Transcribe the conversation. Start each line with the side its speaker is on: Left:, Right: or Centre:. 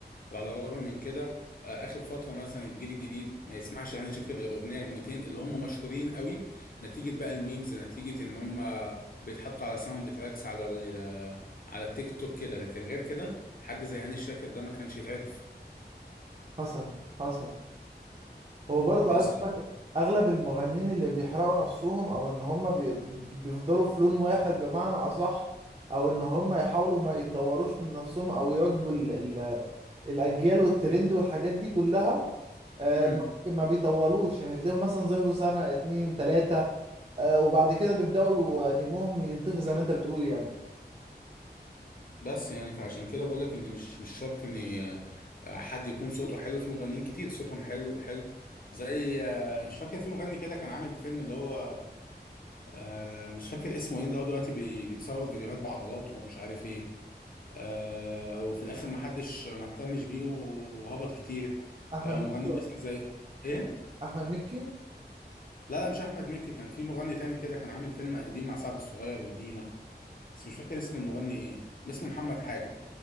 Left: وعلى الرغم من كده آه، اخر فتره مثلا الجيل الجديد ما يسمعش هاني شاكر غير اغنيه اغنيتين اللي هم مشهورين قوي نتيجه بقى الميمز نتيجه ان هم بيتحطوا على ساوند تراكس على ال- على التيك توك كده لكن غير كده حد زي هاني شاكر ده ما كانش يتعرف
Right: حصل حصل هو برضه
Left: بس
Right: عايز اقول لك اغلب المغنيين اللي بيحرقوا نفسهم او ان هم بي- بيفضلوا في لون واحد بمعنى اصح او ان هم يحاولوا ما يطوروش من نفسهم او يواكبوا ال- ال- الاجيال والترند والحاجات دي كلها آه،
Left: امم
Right: ما ما بيطولوش يعني تلاقيهم مثلا ظهروا سنة اتنين تلاتة آه، وبعد كده بيبدأوا نجمهم ينطفي زي ما انت بتقول يعني
Left: بس يعني فعشان كده بقول لك ان مش مش شرط ان آه، حد يكون صوته حلو في مغنيين كتير صوتهم حلو حلو زي آه، مش فاكر في مغني كده كان عامل فيلم اللي هو آه، مش فاكر اسمه ايه اللي هو دلوقتي بي- بيتصور فيديوهات بعضلاته ومش عارف ايه آه، وفي الاخر ما حدش ما اهتمش بيه وهبط كتير
Right: احمد
Left: آه،
Right: مكي
Left: مغنيين
Right: ولا
Left: مثل زي ايه
Right: احمد مكي
Left: لا لا مش احمد مكي كان في مغني تاني كده كان عامل فيلم قديم مع سعد الصغير ودينا بس مش فاكر اسم المغني ايه اسمه محمد حاجة